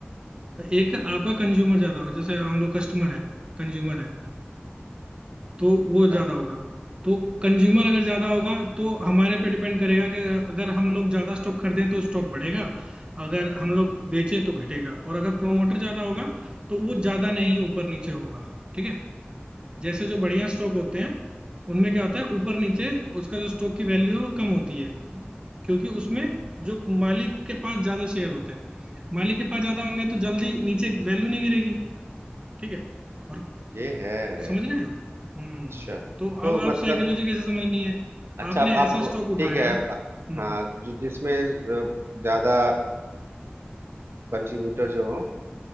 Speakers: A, on the right (about 25°); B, on the right (about 80°).
A: एक आपका कंज्यूमर ज्यादा होगा जैसे हम लोग कस्टमर है कंज्यूमर है तो वो ज्यादा
B: अच्छा,
A: होगा तो कंज्यूमर अगर ज्यादा होगा तो हमारे पे डिपेंड करेगा कि अगर हम लोग ज्यादा स्टॉक खरीदें तो स्टॉक बढ़ेगा अगर हम लोग बेचें तो घटेगा और अगर प्रोमोटर ज्यादा होगा तो वो ज्यादा नहीं ऊपर नीचे होगा ठीक है जैसे जो बढ़िया स्टॉक होते हैं उनमें क्या होता है ऊपर नीचे उसका जो स्टॉक की वैल्यू है वो कम होती है क्योंकि उसमें जो मालिक के पास ज्यादा शेयर होते हैं मालिक के पास ज्यादा होंगे तो जल्दी नीचे वैल्यू नहीं गिरेगी ठीक है और
B: ये है
A: समझ रहे हैं आप हम्म
B: अच्छा तो
A: तो अब आप
B: मतलब
A: साइकोलॉजी कैसे समझनी है
B: अच्छा
A: आपने
B: अब आप
A: ऐसा स्टॉक
B: ठीक
A: उठाया
B: है
A: हम्म
B: अब- हाँ जो जिसमें अ, ज्यादा कंट्रीब्यूटर जो हो